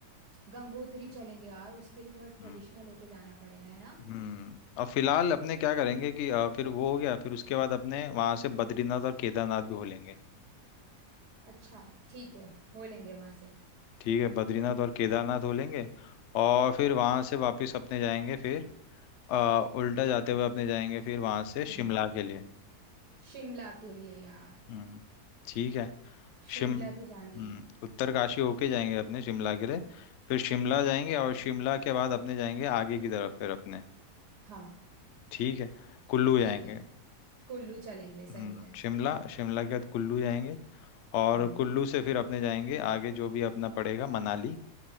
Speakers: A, on the right (about 80°); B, on the left (about 65°).
A: गंगोत्री चलेंगे यार उसके लिए थोड़ा ट्रेडिशनल
B: हम्म
A: होके जाना पड़ेगा है ना
B: हम्म, और फिलहाल अपने क्या करेंगे कि अ, फिर वो हो गया फिर उसके बाद अपने वहां से बद्रीनाथ और केदारनाथ भी हो लेंगे
A: अच्छा ठीक है हो लेंगे वहां से
B: ठीक है बद्रीनाथ और केदारनाथ हो लेंगे और फिर वहां से वापस अपने जाएंगे फिर अ, उल्टा जाते हुए अपने जाएंगे फिर वहां से
A: हम्म
B: शिमला के लिए
A: शिमला के लिए यार
B: हम्म ठीक है
A: शिमला
B: शिम हम्म
A: तो जाना ही है
B: उत्तरकाशी होके जाएंगे अपने शिमला के लिए फिर शिमला जाएंगे और शिमला के बाद अपने जाएंगे आगे की तरफ फिर अपने
A: हाँ
B: ठीक है कुल्लू जाएंगे
A: ठीक है कुल्लू चलेंगे
B: हम्म
A: सही है
B: शिमला शिमला के बाद कुल्लू जाएंगे और
A: हम्म
B: कुल्लू से फिर अपने जाएंगे आगे जो भी अपना पड़ेगा मनाली